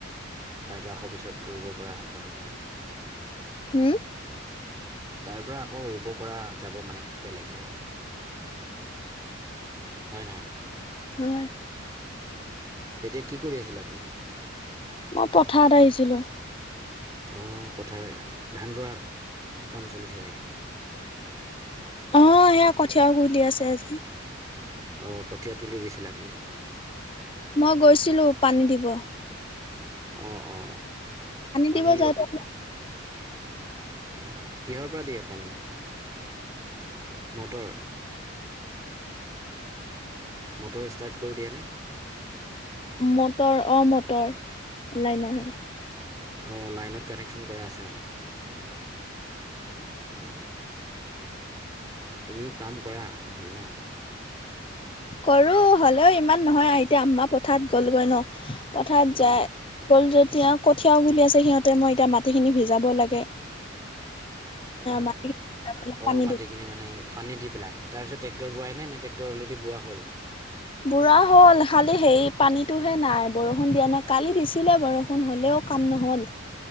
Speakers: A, on the right; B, on the left.
A: তাৰ পৰা আকৌ পিছত দৌৰিব পৰা অহা যায় কৰে ন
B: হম
A: তাৰ পৰা আকৌ ৰুব পৰা যাব মানে বেলেগ জেগাত হয় নাই।
B: হয়।
A: এতিয়া কি কৰি আছিলা তুমি
B: মই পথাৰত আহিছিলোঁ
A: অঁ পথাৰ ধান ৰোৱা কাম চলিছে চাগে
B: অ সেয়া কঠীয়া ওঘুলি আছো আজি।
A: অ কঠীয়া তুলি দিছিলা তুমি
B: মই গৈছিলো পানী দিব
A: অ অ পানী
B: দিব যাওঁতে
A: ৰখি
B: অলপ
A: অহ কিহৰ পৰা দিয়ে পানী মটৰ মটৰ ষ্টাৰ্ট কৰি দিয়ে নে
B: মটৰ অহ মটৰ লাইন আহে-
A: অঁ লাইনত কানেকচন কৰা আছে মানে অ তুমিও কাম কৰা নহ'লে নহঁ
B: কৰো হ'লেও ইমান নহয় এতিয়া আমাৰ মা পথাৰত গ'লগৈ নহঁ পথাৰত যাই
A: অ
B: গ'ল যত এতিয়া কঠিয়া ওঘুলি আছে সিহঁতে মই এতিয়া মাটিখিনি ভিজাব লাগে।
A: অ
B: মাটিখিনি ভিজাব লাগে,
A: অ
B: পানী
A: মাটিখিনি
B: দিব
A: মানে পানী দি পেলাই তাৰপিছত টেক্টৰ বোৱাই নে, নে টেক্টৰ অলৰেডি বোৱা' হল
B: বুঢ়া হ'ল খালি হেই পানীতোহে নাই বৰষুণ দিয়া নাই কালি দিছিলে বৰষুণ হলেও কাম নহ'ল